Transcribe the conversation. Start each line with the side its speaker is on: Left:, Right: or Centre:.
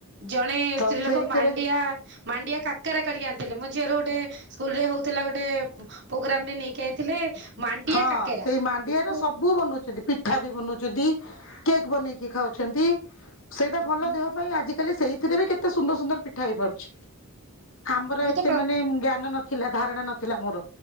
Right: ଜଣେ ସ୍ତ୍ରୀ
Left: ତ ସେଇଥେରେ।
Right: ଲୋକ ମାଣ୍ଡିଆ ମାଣ୍ଡିଆ କାକରା କରିକି ଆଣିଥିଲେ। ମୋ ଝିଅର ଗୋଟେ ସ୍କୁଲରେ ହେଉଥିଲା ଗୋଟେ। ପ୍ରୋଗ୍ରାମରେ ନେଇକି ଆଇଥିଲେ। ମାଣ୍ଡିଆ
Left: ହଁ
Right: କାକେରା।
Left: ସେଇ ମାଣ୍ଡିଆର।
Right: ମୁଁ
Left: ସବୁ ବନଉଛନ୍ତି ପିଠା ବି ବନଉଛନ୍ତି କେକ୍ ବନେଇ କି ଖାଉଛନ୍ତି। ସେଇଟା
Right: ହଁ
Left: ଭଲ ଦେହ ପାଇଁ ଆଜିିକାଲି ସେଇଥିରେ ବି କେତେ ସୁନ୍ଦର ସୁନ୍ଦର ପିଠା ହେଇପାରୁଛି। ଆମର
Right: ମୁଁ
Left: ଏତେ
Right: ତ ପ୍ର
Left: ମାନେ ଜ୍ଞାନ ନଥିଲା ଧାରଣା ନଥିଲା ମୋର।